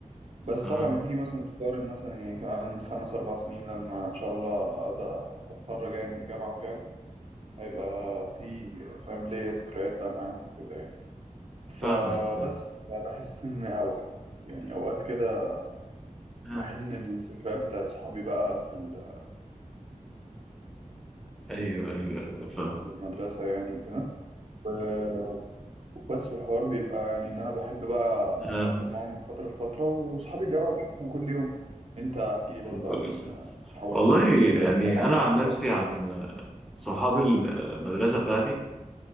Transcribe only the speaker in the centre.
اها
فاهمك فاهم
أها.
ايوه ايوه ايوه فاهم
أها.
كويس
والله
يعني
انا عن نفسي
عن صحابي المدرسة بتاعتي